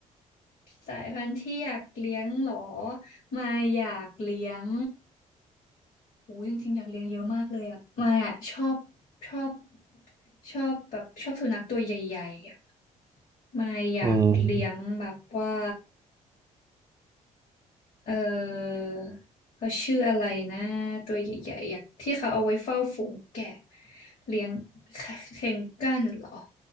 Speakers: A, on the left; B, on the right.
A: สายพันธุ์ที่อยากเลี้ยงเหรอมายอยากเลี้ยงอู้จริงๆอยากเลี้ยงเยอะมากเลยอ่ะมายอ่ะชอบชอบชอบแบบชอบสุนัขตัวใหญ่ๆอ่ะมายอยากเลี้ยงแบบว่า
B: อืม
A: เออเขาชื่ออะไรนะตัวใหญ่ๆอยากที่เขาเอาไว้เฝ้าฝูงแกะเลี้ยงเคเคนกันเหรอ